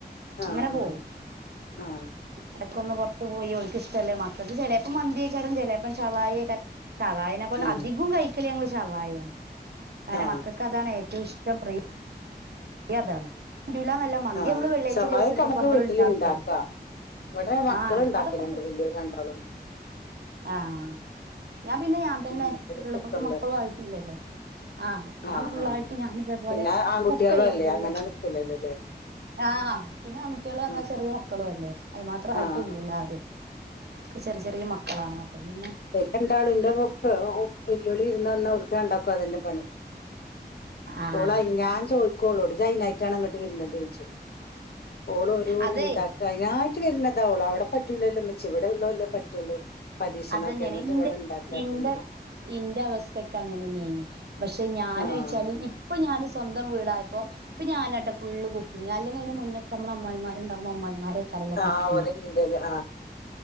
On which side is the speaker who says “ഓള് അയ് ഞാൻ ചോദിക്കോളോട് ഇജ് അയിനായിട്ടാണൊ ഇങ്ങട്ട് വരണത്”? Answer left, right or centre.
Left